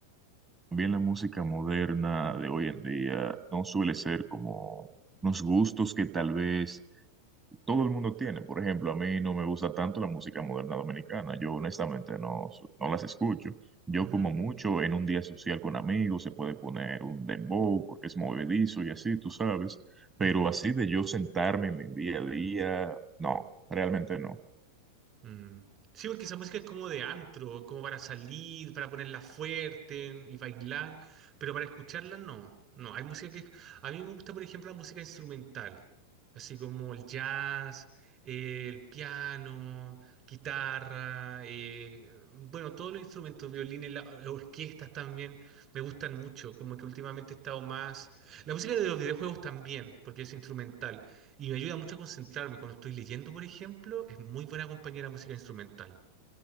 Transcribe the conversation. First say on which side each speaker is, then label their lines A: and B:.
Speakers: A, on the right; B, on the right.
A: también la música moderna de hoy en día no suele ser como unos gustos que tal vez todo el mundo tiene. Por ejemplo, a mí no me gusta tanto la música moderna dominicana. Yo honestamente no, su- no las escucho. Yo
B: Ujú,
A: como mucho en un día social con amigos se puede poner un dembow porque es movedizo y así, tú sabes. Pero
B: ujú.
A: así de yo sentarme en mi día a día, no, realmente no.
B: Mm. Sí, porque esa música es como de antro, como para salir, para ponerla fuerte y bailar, pero para escucharla no. No, hay música que... A mí me gusta, por ejemplo, la música instrumental, así como el jazz, eh, el piano, guitarra, eh, bueno, todos los instrumentos, violines, la- eh, orquestas también, me gustan mucho, como que últimamente he estado más... La música de los videojuegos también, porque es instrumental. Y me ayuda mucho a concentrarme. Cuando estoy leyendo, por ejemplo, es muy buena compañía la música instrumental.